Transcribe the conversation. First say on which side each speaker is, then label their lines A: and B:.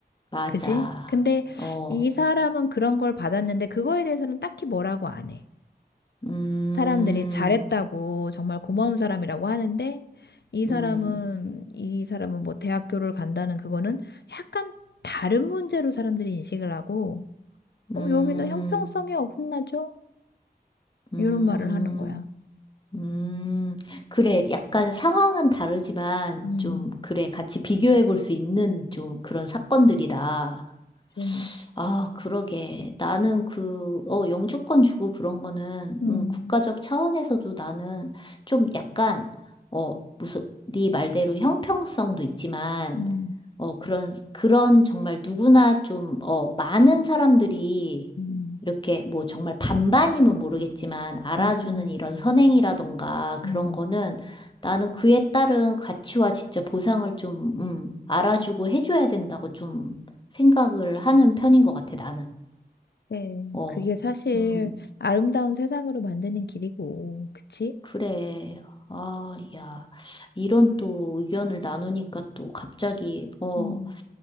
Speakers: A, on the left; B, on the left.
A: 맞아.
B: 그지? 근데
A: 어,
B: 이 사람은 그런 걸 받았는데 그거에 대해서는 딱히 뭐라고 안 해.
A: 음,
B: 사람들이 잘했다고 정말 고마운 사람이라고 하는데 이 사람은
A: 음.
B: 이 사람은 뭐 대학교를 간다는 그거는 약간 다른 문제로 사람들이 인식을 하고 어,
A: 음,
B: 여기는 형평성이 어긋나죠?
A: 음,
B: 이런 말을 하는 거야.
A: 음. 그래, 약간 상황은 다르지만,
B: 음,
A: 좀, 그래, 같이 비교해 볼 수 있는 좀 그런 사건들이다.
B: 좀,
A: 아, 그러게. 나는 그, 어, 영주권 주고 그런 거는,
B: 음,
A: 음, 국가적 차원에서도 나는 좀 약간, 어, 무슨, 네 말대로 형평성도 있지만,
B: 음,
A: 어, 그런, 그런 정말 누구나 좀, 어, 많은 사람들이
B: 음,
A: 이렇게 뭐 정말 반반이면 모르겠지만 알아주는
B: 음, 음,
A: 이런 선행이라던가 그런
B: 음.
A: 거는 나는 그에 따른 가치와 진짜 보상을 좀, 음, 알아주고 해줘야 된다고 좀 생각을 하는 편인 것 같아, 나는.
B: 네.
A: 어,
B: 그게 사실
A: 음,
B: 아름다운 세상으로 만드는 길이고, 그치?
A: 그래. 아, 야, 이런 또 의견을 나누니까 또 갑자기, 어,
B: 음.